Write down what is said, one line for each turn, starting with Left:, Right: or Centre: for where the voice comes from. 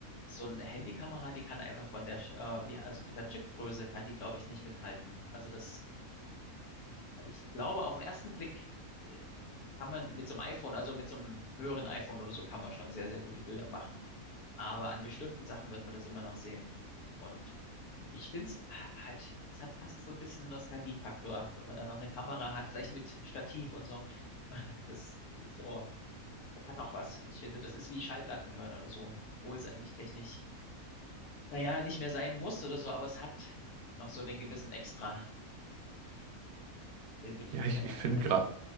Left: so eine Handykamera, die kann einfach von der, Sch- äh, wie, also von der Chipgröße kann die, glaube ich, nicht mithalten. Also das, ich glaube, auf den ersten Blick äh, kann man mit so einem iPhone, also mit so einem höheren iPhone oder so, kann man schon sehr, sehr gute Bilder machen. Aber an bestimmten Sachen wird man das immer noch sehen. Und ich finde es halt, es hat fast so ein bisschen Nostalgiefaktor, wenn man da noch eine Kamera hat, vielleicht mit Stativ und so. <laughs> Das, das ist so, das hat auch was. Ich finde, das ist wie Schallplatten hören oder so, obwohl es eigentlich technisch, naja, nicht mehr sein muss oder so, aber es hat noch so den gewissen Extra-Effekt. Und den würde ich
Right: Ja,
Left: mir
Right: ich,
Left: gerne
Right: ich
Left: noch
Right: finde
Left: erhalten.
Right: gerade,